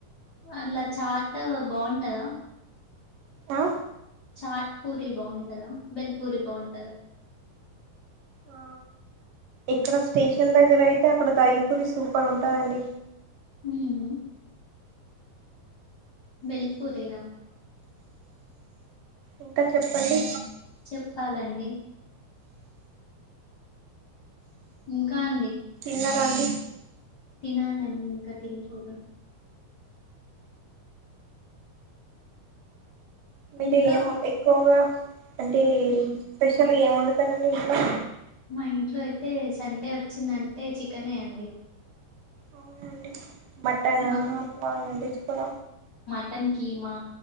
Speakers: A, on the left; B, on the right.
A: అలా చాట బాగుంటదా
B: ఆ
A: చాట్ పూరి బాగుంటదా బెల్ పూరి బాగుంటదా
B: ఆ ఇక్కడ స్టేషన్ దగ్గర అయితే అక్కడ దహి పూరి సూపర్ ఉంటదండి
A: ఉ హు బెల్ పూరినా
B: ఇంకా చెప్పండి
A: చెప్పాలండి ఇంకా అండి
B: తిన్నారండి
A: తినాలి అండి ఇంకా తిన్లేదు
B: మీరు
A: ఇంకా
B: ఏమో ఎక్కువగా అంటే
A: ఉమ్
B: స్పెషల్ ఎం వొండు తరండి ఇంట్లో
A: మా ఇంట్లో అయితే సండే వచ్చిందంటే చికెనే అండి
B: అవునండి మటన్,
A: మా
B: ప్రాన్ ఏమి తెచ్చుకోర
A: టన్ కీమా